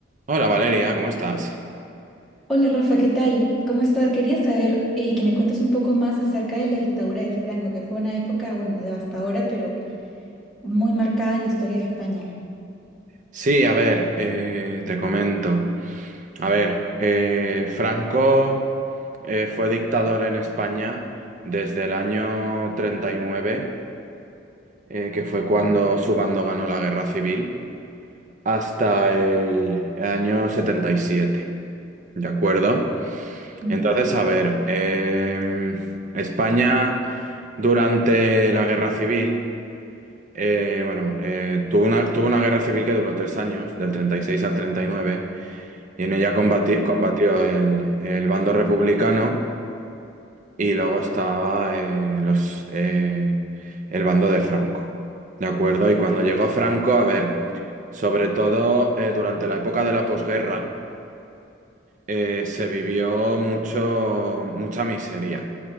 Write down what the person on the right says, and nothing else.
Hola Valeria, ¿cómo estás?
Sí, a ver, eh, te comento. A ver, eh, Franco eh, fue dictador en España desde el año 39, eh, que fue cuando su bando ganó la guerra civil, hasta el año 77, ¿de acuerdo?
Entonces, a ver, em, España durante la guerra civil Eh, bueno, eh, tuvo una, tuvo una guerra civil que duró tres años, del 36 al 39, y nueve, y en ella combati-
combatió el, el bando republicano y luego estaba eh, los, eh, el bando de Franco. ¿De acuerdo? Y cuando llegó Franco, a ver, sobre todo eh, durante la época de la posguerra, eh, se vivió mucho, mucha miseria.